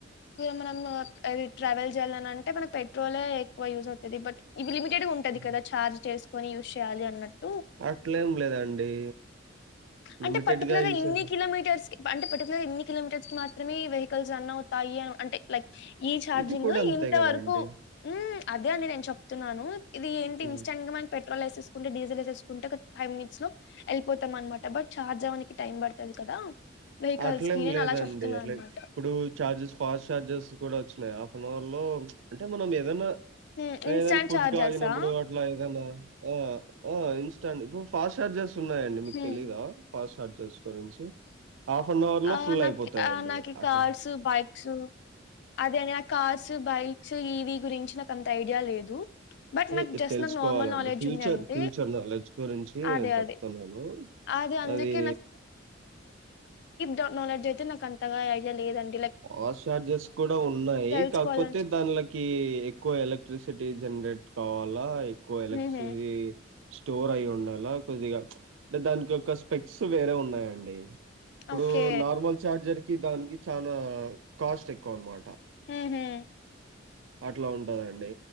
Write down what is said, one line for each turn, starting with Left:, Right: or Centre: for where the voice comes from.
Left: మనం ట్రావెల్ చేయాలనంటే మనక్ పెట్రోలే ఎక్కువ యూజ్ అవుతది బట్ ఏది లిమిటెడ్ ఉంటది
Right: హ్మ్.
Left: కదా చార్జ్ చేస్ కొని యూజ్ చేయాలి అన్నట్
Right: అట్లేం లేదండి.
Left: అంటే
Right: లిమిటెడ్‌గా
Left: పర్టికులర్గా
Right: యూసేజ్
Left: ఇన్ని కిలోమీటర్ అంటే పర్టికులర్ ఇన్ని కిలోమీటర్స్కి మాత్రమే ఈ వెహికల్స్ రన్ అవుతాయి అని అంటే లైక్ ఈ ఛార్జింగ్
Right: ఇది కూడా అంతే
Left: ఇంత
Right: గదండీ!
Left: వరకూ అదే అని నేను చెప్తున్నాను ఇది ఏంటి
Right: హ్మ్.
Left: ఇన్స్టంట్గా మన పెట్ట పెట్రోల్ యేసుకుంటే డీజల్ వేకుంటే ఒక ఫైమినిట్సలో వెళ్ళపో అనమాట బట్ ఛార్జ్ అవ్వడానికి టైమ్ పడుతది కదా వెహికల్స్‌కి
Right: అట్లేం
Left: నేను
Right: లేదండి
Left: అలా చెప్తున్నా
Right: ఇట్ల
Left: అనమాట.
Right: ఇప్పుడు చార్జెస్ ఫాస్ట్ చార్జెస్ కూడా వచ్చా నాయ్ హాఫ్ అన్ అవర్లో అంటే మనం ఏదైనా
Left: హ్మ్. ఇన్‌స్టాంట్
Right: ఏదైనా ఫుడ్
Left: ఛార్జర్సా?
Right: కాగినప్పుడు అట్ల ఏదైనా ఆ ఇన్స్టాంట్ ఇ ఫాస్ట్ చార్జెస్ ఉన్నాయియండి మీకు
Left: హ్మ్.
Right: తెలీదా ఫాస్ట్ సడ్జస్ంచి హాఫ్ అన్ అవర్ లో
Left: ఆహ్,
Right: ఫుల్
Left: నాకి
Right: అయిపోతాయండి
Left: ఆహ్, నాకి
Right: అట్లా
Left: కార్స్, బైక్స్ అదే అనే ఆ కార్స్ బైక్స్ ఇవి గురించి నాకు అంత ఐడియా లేదు బట్
Right: హే
Left: నాకు
Right: ఇద్
Left: జస్ట్
Right: తెలుసుకోవాలండి
Left: నాకు నార్మల్ నాలెడ్జ్
Right: ఫ్యూచర్
Left: ఉంది అంటే
Right: ఫ్యూచర్ నాలెడ్జ్ గురించి నేన్
Left: అదే
Right: చెప్తానాన్ను
Left: అదే అదే అందుకే
Right: అది
Left: ట నాలెడ్జ్ అయితే నాక్ అంతగా ఐడియా లేదండ్
Right: పాస్ చార్జెస్ కుడా ఉన్నాయి
Left: తెలుసుకోవాలని
Right: కాక్పోతే దాన్డ్కీ ఎక్కువ ఎలక్ట్రిసిటీ జన్రేట్ కావాల్లా అయి కో ఎలక్ట్రిసిటీ
Left: హుహు.
Right: స్టోర్ అయి ఉండల కొద్దిగ అంటే దాన్కి ఒక స్పెట్స్ వేరే ఉన్నాయండి. ఇప్పుడు
Left: ఓకే.
Right: నార్మల్ చార్జర్ కి దానికి చానా ఆ కాస్ట్ ఎక్కువ అన్మాట
Left: హమ్మ్
Right: అట్ల ఉంటదండి